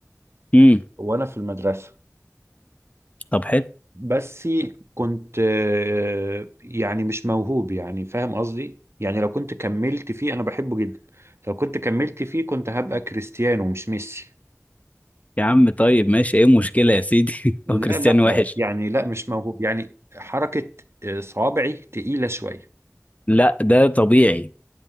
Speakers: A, on the left (about 25°); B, on the right (about 55°).
A: امم
B: وانا في المدرسه
A: طب حلو
B: بس كنت آه، يعني مش موهوب يعني فاهم قصدي يعني لو كنت كملت فيه انا بحبه جدا لو كنت كملت فيه كنت هبقى كريستيانو مش ميسي
A: يا عم طيب ماشي ايه المشكله يا سيدي <laughs>
B: لا
A: هو كريستيانو
B: لا
A: وحش
B: يعني لا مش موهوب يعني حركه آه، صوابعي تقيله شويه
A: لا ده طبيعي